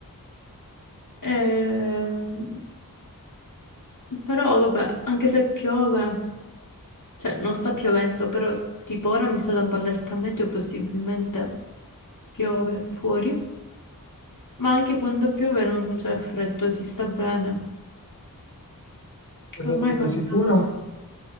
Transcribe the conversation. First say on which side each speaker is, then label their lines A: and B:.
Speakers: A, on the left; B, on the left.
A: Ehm, però vabbè, anche se piove, cioè non sta piovendo, però tipo ora mi sta dando allerta meteo, possibilmente piove fuori. Ma anche quando piove non c'è freddo, si sta bene.
B: Ti
A: Ormai
B: sei proprio
A: fa
B: sicura?
A: caldo.